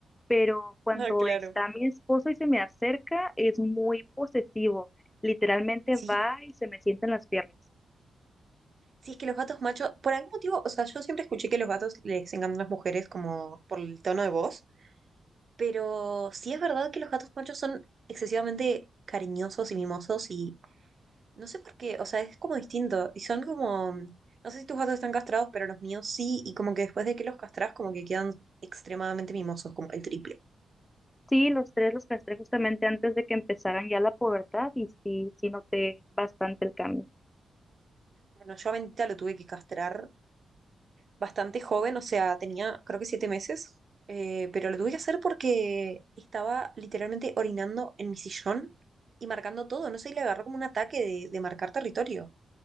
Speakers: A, on the left; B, on the right.
A: Pero cuando
B: Ah, claro.
A: está mi esposo y se me acerca, es muy posesivo. Literalmente
B: Sí,
A: va y se me sienta en las piernas.
B: sí, es que los gatos machos, por algún motivo, o sea, yo siempre escuché que los gatos les encantan las mujeres como por el tono de voz, pero sí es verdad que los gatos machos son excesivamente cariñosos y mimosos y No sé por qué, o sea, es como distinto. Y son como, mm, no sé si tus gatos están castrados, pero los míos sí, y como que después de que los castras, como que quedan extremadamente mimosos, como el triple.
A: Sí, los tres los castré justamente antes de que empezaran ya la pubertad y sí, sí noté bastante el cambio.
B: Bueno, yo a Bendita lo tuve que castrar bastante joven, o sea, tenía creo que siete meses, eh, pero lo tuve que hacer porque estaba literalmente orinando en mi sillón y marcando todo, no sé, y le agarró como un ataque de, de marcar territorio.